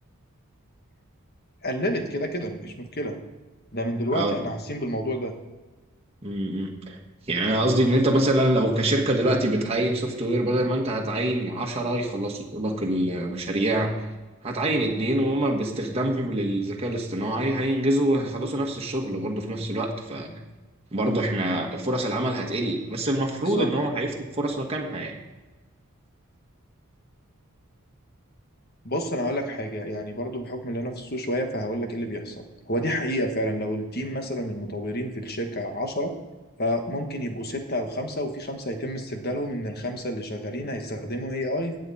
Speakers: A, on the left; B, on the right.
A: قللت كده كده مفيش مشكله ده من دلوقتي
B: آه.
A: احنا حاسين بالموضوع ده
B: امم يعني انا قصدي ان انت مثلا لو كشركه دلوقتي بتعين سوفت وير بدل ما انت هتعين 10 يخلصوا لك المشاريع هتعين اتنين وهما باستخدامهم للذكاء الاصطناعي هينجزوا وهيخلصوا نفس الشغل برضه في نفس الوقت فبرضه احنا فرص العمل هتقل بس المفروض
A: بالظبط
B: ان هو هيفتح فرص مكانها يعني
A: بص انا هقول لك حاجه يعني برضو بحكم اللي انا في السوق شويه فهقول لك ايه اللي بيحصل هو دي حقيقه فعلا لو التيم مثلا المطورين في الشركه 10 فممكن يبقوا ستة أو خمسة وفي خمسة هيتم استبدالهم إن الخمسة اللي شغالين هيستخدموا AI